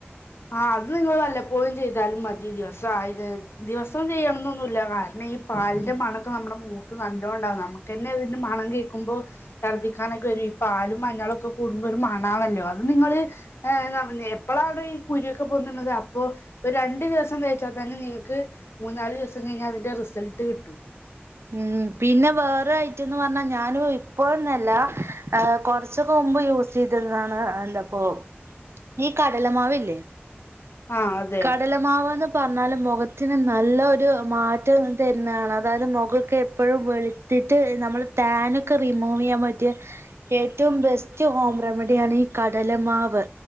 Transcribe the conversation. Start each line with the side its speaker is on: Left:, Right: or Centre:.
Left: ആ അത് നിങ്ങൾ വല്ലപ്പോഴും ചെയ്താലും മതി ദിവസം ദിവസം ചെയ്യണം എന്നൊന്നുമല്ല കാരണം ഈ പാലിന്റെ മണക്കെ നമ്മുടെ മൂത്ത് നല്ലോണ്ടാവും നമുക്ക്ന്നെ അതിന്റെ മണം കേൾക്കുമ്പോ ഛർദ്ദിക്കാനൊക്കെ വരും ഈ പാലും മഞ്ഞളുക്കെ കൂടുമ്പോ ഒരു മണാണല്ലോ അത് നിങ്ങള്ൾ ഏ എപ്പഴാണോ ഈ കുര്യൊക്കെ പൊണത് അപ്പോ ഒരു രണ്ടു ദിവസം തേച്ചാൽ തന്നെ നിങ്ങൾക്ക് മൂന്നാല് ദിവസം കഴിഞ്ഞാൽ അതിന്റെ റിസൾട്ട് കിട്ടും
Right: ഉം പിന്നെ വേ ട്ടന്ന് പറഞ്ഞാൽ ഞാനും ഇപ്പോന്നല്ല ഏ കുറച്ചു കുമ്പ് യൂസ് ചെയ്തതാണ് എന്താപ്പ ഈ കടലമാവല്ലേ
Left: ആഹ് അതെ
Right: കടലമാവന്ന പറഞ്ഞ പറല് മുഖത്തിന് നല്ലരു മാറ്റം തന്നെയാണ് അതായത് മുഖൊക്കെ എപ്പോഴും വെളുത്തിട്ട് നമ്മുടെ ടൻൊക്കെ റിമൂവ് ചെയ്യാൻ പറ്റിയ ഏറ്റവും ബെസ്റ്റ് ഹോം റെമഡിയ ആാണ് ഈ കടലമാവ്